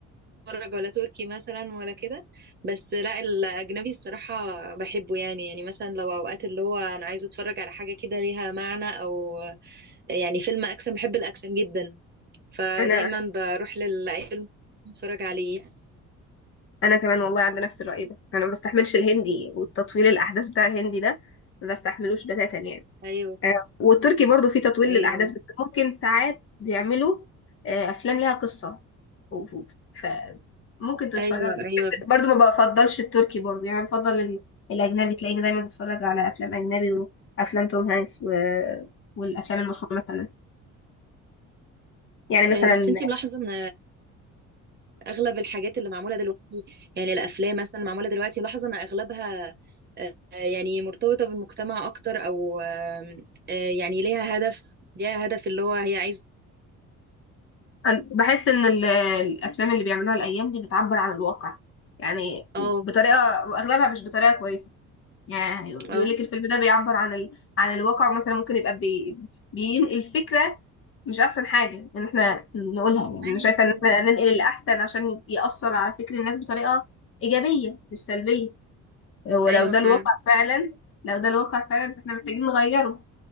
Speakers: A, on the right; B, on the left.
A: اتفرج ولا تركي مثلا ولا كده بس لا الاجنبي الصراحه بحبه يعني يعني مثلا لو اوقات اللي هو انا عايزه اتفرج على حاجه كده ليها معنى او يعني فيلم اكشن بحب الاكشن جدا فدايما
B: انا
A: بروح لأي فيلم اتفرج عليه يعني.
B: انا كمان والله عندي نفس الرأي ده انا ما بستحملش الهندي والتطويل الاحداث بتاع الهندي ده ما بستحملوش بتاتا يعني
A: ايوه
B: آه، والتركي برضو فيه تطويل
A: ايوه
B: للاحداث بس ممكن ساعات بيعملوا آه، افلام ليها قصة و- و- ف ممكن تتفرج
A: ايوه ايوه
B: برضو ما بفضلش التركي برضو يعني بفضل ال- الاجنبي تلاقيني دايما بتفرج على افلام اجنبي وافلام توم هانكس و... والافلام المشهوره مثلا يعني مثلا
A: أيوة. بس انتي ملاحظه ان اغلب الحاجات اللي معموله دلوقتي يعني الافلام مثلا معموله دلوقتي ملاحظه ان اغلبها آه، يعني مرتبطه بالمجتمع اكتر او آم، آه، يعني ليها هدف ليها هدف اللي هو هي عايزه
B: أنا بحس إن ال- الأفلام اللي بيعملوها الأيام دي بتعبر عن الواقع يعني
A: اه
B: بطريقة وأغلبها مش بطريقة كويسة يعني يقول
A: اه
B: لك الفيلم ده بيعبر عن ال... عن الواقع مثلا ممكن يبقى بي... بينقل فكرة مش أحسن حاجة إن إحنا نقولها يعني
A: ايوه
B: أنا شايفة إن
A: ايوه
B: إحنا ننقل الأحسن عشان يأثر على فكر الناس بطريقة إيجابية مش سلبية ولو
A: أيوه
B: ده
A: فعلا
B: الواقع فعلا لو ده الواقع فعلا إحنا محتاجين نغيره